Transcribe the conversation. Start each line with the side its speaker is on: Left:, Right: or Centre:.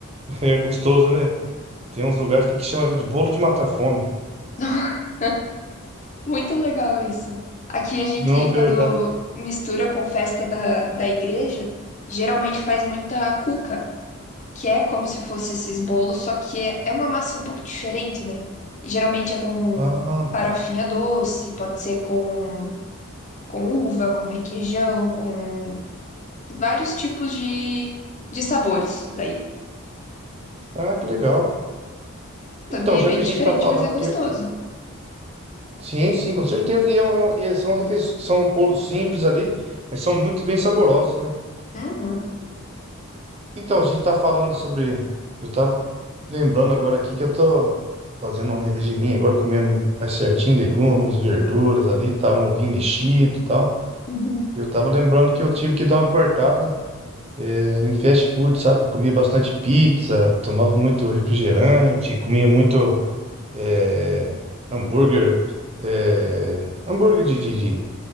Right: <laughs> É gostoso, né? Tem uns lugares aqui que chama de bolo de matar fome.
Left: <laughs> Muito legal isso. Aqui a gente,
Right: Não,
Left: quando
Right: verdade.
Left: mistura com festa da, da igreja, geralmente faz muita cuca, que é como se fosse esses bolos, só que é, é uma massa um pouco diferente, né? E geralmente é com
Right: Ah,
Left: farofinha doce, pode ser com, com uva, com requeijão, com vários tipos de, de sabores daí.
Right: ah, que legal.
Left: Também
Right: Então,
Left: é
Right: já
Left: bem
Right: que a
Left: diferente,
Right: gente está falando
Left: mas é gostoso.
Right: que. Sim, sim, com certeza. E, é um- é um- e é- são, refe... são bolos simples ali, mas são muito bem saborosos, né?
Left: Uhum.
Right: Então, a gente está falando sobre. Eu estava lembrando agora aqui que eu tô fazendo um regiminho agora, comendo mais certinho, legumes, verduras ali, tal, um ovinho mexido e tal.
Left: Uhum.
Right: Eu estava lembrando que eu tive que dar uma cortada eh, em fast food, sabe? Eu comia bastante pizza, tomava muito refrigerante, comia muito eh, hambúrguer, eh, hambúrguer de, de, de